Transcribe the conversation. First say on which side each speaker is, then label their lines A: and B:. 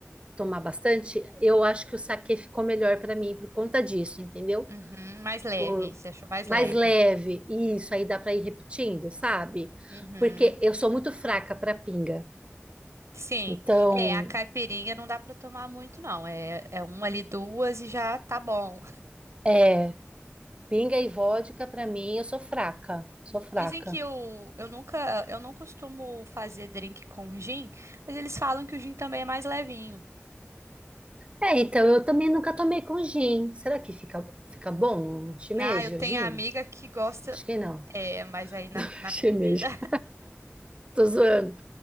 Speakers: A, on the right; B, on the right.
A: tomar bastante, eu acho que o saquê ficou melhor para mim por conta disso, entendeu?
B: Uhum, mais leve,
A: Por
B: você achou mais
A: mais
B: leve.
A: leve, isso aí dá para ir repetindo, sabe?
B: Uhum.
A: Porque eu sou muito fraca para pinga.
B: Sim,
A: Então,
B: é, a caipirinha não dá para tomar muito, não. É, é uma ali, duas e já tá bom.
A: é, pinga e vodka para mim, eu sou fraca, sou fraca.
B: Dizem que eu, eu nunca, eu não costumo fazer drink com gin, mas eles falam que o gin também é mais levinho.
A: É, então eu também nunca tomei com gin. Será que fica, fica bom no shimeji,
B: Ah, eu tenho
A: o gin?
B: a amiga que gosta,
A: Acho que não.
B: é, mas aí na,
A: <laughs>
B: na
A: Shimeji.
B: comida,
A: Tô zoando,